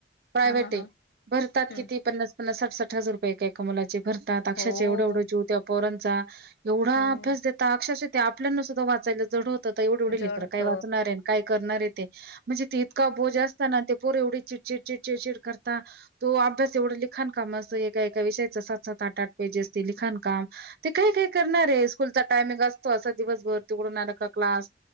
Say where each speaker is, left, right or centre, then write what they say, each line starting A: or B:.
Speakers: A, on the right; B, on the left.
A: प्रायव्हेट
B: हा हा
A: आहे
B: हा
A: भरतात
B: हम्म
A: किती पन्नास पन्नास साठ साठ हजार रुपये एकामलाचे भरतात अक्षरांच्या
B: हो
A: एवढे एवढा जीव त्याचा पोरांचा, एवढा
B: हम्म
A: अभ्यास देता अक्षरशेते आपल्यांना सुद्धा वाचायला जड होतं तर एवढं एवढे
B: जड
A: लेकर
B: होत
A: काही वाचणार आहे. काय करणारे ते म्हणजे इतका बोजा असतं ना ते, पोर एवढी चिडचिड चिड चिडचिड करता तो अभ्यास एवढं लिखाण काम असं एका एका विषयाच सात सात आठ पेजेस ते लिखाण, का ते काही काही करणार आहे स्कूलचा टायमिंग असतो असे दिवसभर तिकडून का क्लास